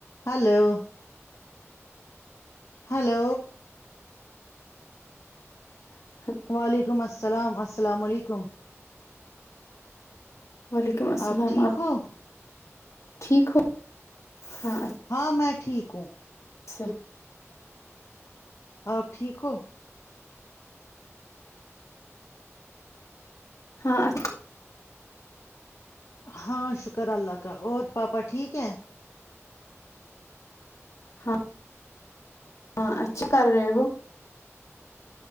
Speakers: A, on the left; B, on the left.
A: hello hello
B: ج
A: وعلیکم السلام السلام السلام علیکم
B: وعلیکم السلام
A: آپ ٹھیک ہو
B: ٹھیک ہو ہاں
A: ہاں میں ٹھیک کو
B: جی
A: آپ ٹھیک ہو
B: ہاں اچھ
A: ہاں شکر اللہ کا اور پاپا ٹھیک ہے
B: ہاں ہاں اچھا کر رہے ہو